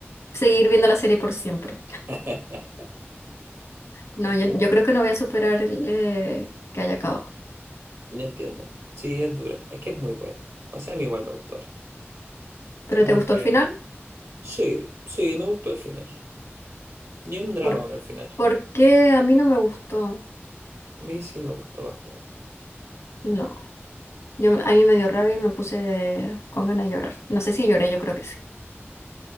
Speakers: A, on the left; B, on the right.
A: Seguir viendo la serie por siempre.
B: <laughs>
A: No,
B: Entiendo,
A: yo, yo creo que no voy a superar el, eh, que haya acabado.
B: ya entiendo. Sí, es dura. Es que es muy buena. O sea, a mí igual me gustó harto.
A: ¿Pero
B: Era
A: te
B: muy
A: gustó
B: tierna.
A: el final?
B: Sí, sí, me gustó el final. Ni un drama
A: ¿Por,
B: con el final.
A: por qué a mí no me gustó?
B: A mí sí me gustó bastante.
A: No. Yo, a mí me dio rabia y me puse con ganas de llorar. No sé si lloré, yo creo que sí,